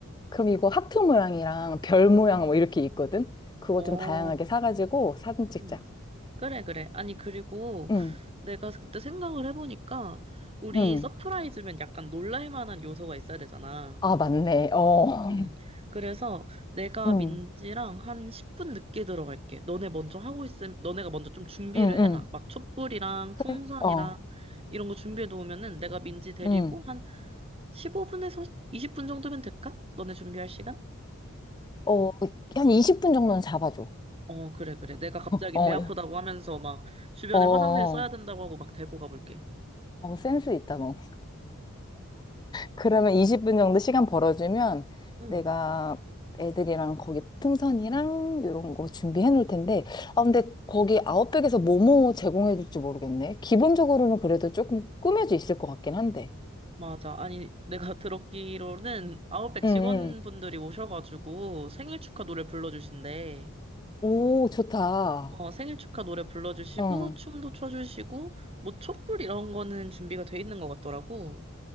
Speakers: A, on the left (about 20°); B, on the right (about 25°).
A: 그럼 이거 하트 모양이랑 별 모양 뭐 이렇게 있거든? 그거
B: 어.
A: 좀 다양하게 사가지고 사진 찍자.
B: 음. 그래, 그래. 아니, 그리고
A: 응,
B: 내가 그때 생각을 해보니까 우리
A: 응.
B: 서프라이즈면 약간 놀랄 만한 요소가 있어야 되잖아.
A: 아, 맞네. 어.
B: 음. 그래서 내가
A: 응,
B: 민지랑 한 10분 늦게 들어갈게. 너네 먼저 하고 있음, 너네가 먼저 좀 준비를
A: 응, 응.
B: 해놔. 막 촛불이랑
A: 그래?
B: 풍선이랑
A: 어,
B: 이런 거 준비해 놓으면은 내가 민지 데리고
A: 응.
B: 한 15분에서 20분 정도면 될까? 너네 준비할 시간?
A: 어, 한 20분 정도는 잡아줘.
B: 어, 그래, 그래. 내가 갑자기
A: 어.
B: 배 아프다고 하면서 막 주변에
A: 어, 어,
B: 화장실 써야 된다고 하고 막 데리고 가볼게.
A: 어, 센스 있다, 너. 그러면 20분
B: 응,
A: 정도 시간 벌어주면
B: 응,
A: 내가 애들이랑 거기 풍선이랑 이런 거 준비해 놓을 텐데, 아, 근데 거기 아웃백에서 뭐뭐 제공해 줄지 모르겠네. 기본적으로는 그래도 조금 꾸며져 있을 것 같긴 한데.
B: 맞아. 아니, 내가 <laughs> 들었기로는 아웃백 직원분들이
A: 응, 응.
B: 오셔가지고 생일 축하 노래 불러주신대.
A: 오, 좋다.
B: 어, 생일 축하 노래 불러주시고,
A: 응.
B: 춤도 춰주시고, 뭐 촛불 이런 거는 준비가 돼 있는 것 같더라고.